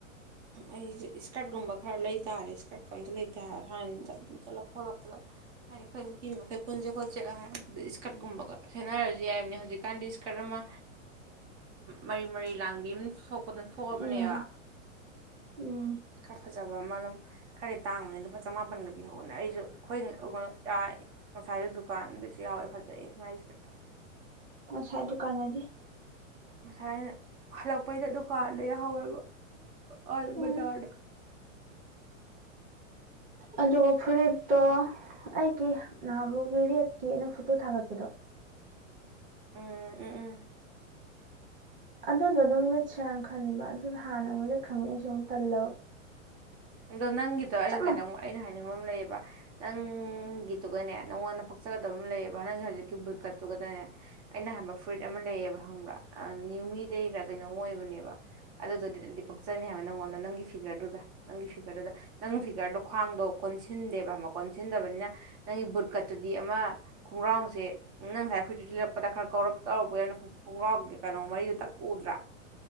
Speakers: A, on the right (about 60°); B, on the right (about 20°).
A: ꯑꯩꯁ ꯏꯁꯀꯔꯠꯀꯨꯝꯕ ꯈꯔ ꯂꯩ ꯇꯥꯔꯦ ꯏꯁꯀꯔꯠꯀ ꯑꯝꯇ ꯂꯩꯇꯔ ꯁꯨꯃ ꯑꯗꯨ ꯆꯠꯂꯛꯄ ꯈꯣꯠꯂꯛꯄꯗ ꯍꯥꯏꯗꯤ ꯑꯩꯈꯣꯏ ꯅꯨꯄꯤ ꯃꯈꯩ ꯄꯨꯟꯁꯦ ꯈꯣꯠꯆꯦꯒ ꯍꯥꯏꯗꯨꯗ ꯏꯁꯀꯔꯠꯀꯨꯝꯕꯒ ꯁꯦꯟꯅꯔꯁꯨ ꯌꯥꯏꯕꯅꯦ ꯍꯧꯖꯤꯛꯀꯥꯟꯗꯤ ꯏꯁꯀꯔꯠ ꯑꯃ ꯃꯔꯤ- ꯃꯔꯤ ꯂꯥꯡꯕꯤ ꯑꯃ ꯇꯊꯣꯛꯄꯗꯨ ꯊꯣꯛꯣꯛꯑꯕꯅꯦꯕ
B: ꯎꯝ ꯎꯝ
A: ꯈꯥ ꯐꯖꯕ ꯕ ꯑꯃ ꯑꯗꯨꯝ ꯈꯔꯗꯤ ꯇꯥꯡꯕꯅꯤ ꯂꯨꯄꯥ ꯆꯃꯥꯄꯟꯒ ꯄꯤꯍꯧꯕꯅꯦ ꯑꯩꯁꯨ ꯑꯩꯈꯣꯏ ꯌꯥ ꯉꯁꯥꯏꯁꯨ ꯗꯨꯀꯥꯟꯗꯁꯨ ꯌꯥꯎꯋꯦ ꯐꯖꯩ ꯃꯥꯏ ꯑꯦꯁꯥꯀꯔꯠꯇꯣ꯫
B: ꯉꯁꯥꯏ ꯗꯨꯀꯥꯟ ꯑꯥꯗꯤ
A: ꯉꯁꯥꯏ ꯑꯩꯅ ꯍꯜꯂꯛꯄꯩꯗ ꯗꯨꯀꯥꯟꯗ ꯌꯥꯍꯧꯋꯦꯕ꯫ ꯑꯗ
B: ꯎꯝ
A: ꯕꯖꯥꯔꯗꯥ꯫
B: ꯑꯗꯨꯒ ꯐꯨꯔꯤꯠꯇꯣ ꯑꯩꯒꯤ ꯅꯍꯥꯃꯨꯛ ꯔꯦꯠꯀꯤ ꯑꯩꯅ ꯐꯣꯇꯣ ꯊꯥꯒꯠꯄꯗꯣ
A: ꯎꯝ ꯎꯝ ꯎꯝ꯫
B: ꯑꯗꯨꯗꯣ ꯑꯗꯨꯝ ꯂꯤꯠꯁꯤꯔꯥꯅ ꯈꯟꯕ ꯑꯗꯨꯗ ꯍꯥꯟꯅ ꯑꯃꯨꯛ ꯂꯤꯠ ꯈꯃꯤ ꯑꯩꯁꯦ ꯑꯃꯨꯛ ꯇꯜꯂꯕ꯫
A: ꯑꯗꯣ ꯅꯪꯒꯤ ꯗꯣ ꯑꯩꯅ
B: ꯆꯞ
A: ꯀꯩꯅꯣꯝ
B: ꯃꯥꯟꯅꯩ
A: ꯑꯩꯅ ꯍꯥꯏ ꯍꯥꯏꯅꯤꯡꯕ ꯑꯃ ꯂꯩꯌꯦꯕ ꯅꯪꯒꯤꯗꯨꯒꯅꯦ ꯅꯪꯉꯣꯟꯗ ꯄꯛꯆꯒꯗꯕ ꯑꯃ ꯂꯩꯌꯦꯕ ꯅꯪꯒꯤ ꯍꯧꯖꯤꯛꯀꯤ ꯕꯨꯠꯀꯠꯇꯨꯒꯗꯅꯦ ꯑꯩꯅ ꯍꯥꯏꯕ ꯐꯨꯔꯤꯠ ꯑꯃ ꯂꯩꯌꯦꯕ ꯍꯪꯕ꯭ꯔꯥ ꯅ꯭ꯌꯨꯃꯤꯗꯩꯔ ꯀꯩꯅꯣꯝ ꯑꯣꯏꯕꯅꯦꯕ ꯑꯗꯨꯗꯨꯗꯤꯗꯤ ꯄꯛꯆꯅꯤ ꯍꯥꯏꯕ ꯅꯪꯉꯣꯟꯗ ꯅꯪꯒꯤ ꯐꯤꯒꯔꯗꯨꯒ ꯫ ꯅꯪꯒꯤ ꯐꯤꯒꯔꯗꯨꯗ ꯅꯪꯒꯤ ꯐꯤꯒꯔꯗꯣ ꯈ꯭ꯋꯥꯡꯗꯣ ꯀꯣꯟꯁꯤꯟꯗꯦꯕ ꯑꯃ ꯀꯣꯟꯁꯤꯟꯗꯕꯅꯤꯅ ꯅꯪꯒꯤ ꯕꯨꯠꯀꯠꯇꯨꯗꯤ ꯑꯃ ꯈꯣꯡꯒ꯭ꯔꯥꯎꯁꯦ ꯅꯪ ꯉꯁꯥꯏ ꯐꯨꯔꯤꯠꯇꯨ ꯂꯤꯠꯂꯛꯄꯗ ꯈꯔ ꯀꯧꯔꯄ ꯈꯣꯡꯒ꯭ꯔꯥꯎꯒꯤ ꯀꯩꯅꯣ ꯃꯔꯤꯗꯨ ꯇꯛ ꯎꯗ꯭ꯔꯥ꯫